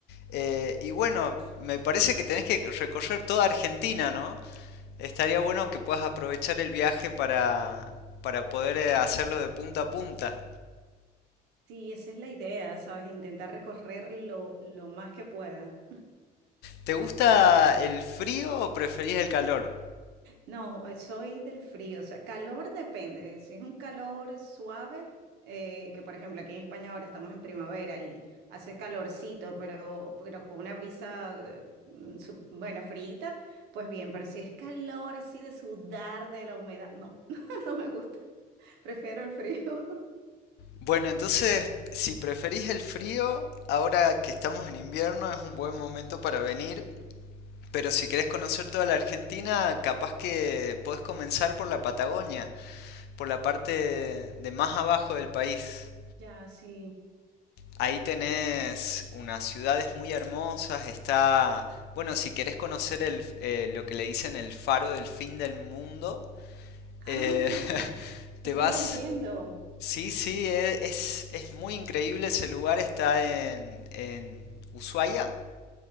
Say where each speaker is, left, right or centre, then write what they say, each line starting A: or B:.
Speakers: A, on the left; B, on the right.
A: Eh, y bueno, me parece que tenés que recorrer toda Argentina, ¿no? Estaría bueno que puedas aprovechar el viaje para, para poder eh, hacerlo de punta a punta.
B: Sí, esa es la idea, sabes, intentar recorrer lo, lo más que pueda.
A: ¿Te gusta el frío o preferís el calor?
B: No, eh, soy del frío, o sea, calor depende. Si es un calor suave, eh, que por ejemplo aquí en España ahora estamos en primavera y hace calorcito, pero, pero con una brisa, eh, mm, su- bueno, frita, pues bien, pero si es calor así de sudar de la humedad, no, <laughs> no me gusta. Prefiero el frío. <laughs>
A: Bueno, entonces, si preferís el frío, ahora que estamos en invierno es un buen momento para venir. Pero si querés conocer toda la Argentina, capaz que podés comenzar por la Patagonia, por la parte de más abajo del país.
B: Ya, sí.
A: Ahí tenés unas ciudades muy hermosas, está... Bueno, si querés conocer el, eh, lo que le dicen el faro del fin del mundo,
B: Ah,
A: eh, <laughs>
B: estuve
A: te vas...
B: leyendo.
A: Sí, sí, e- es, es muy increíble ese lugar, está en, en Ushuaia,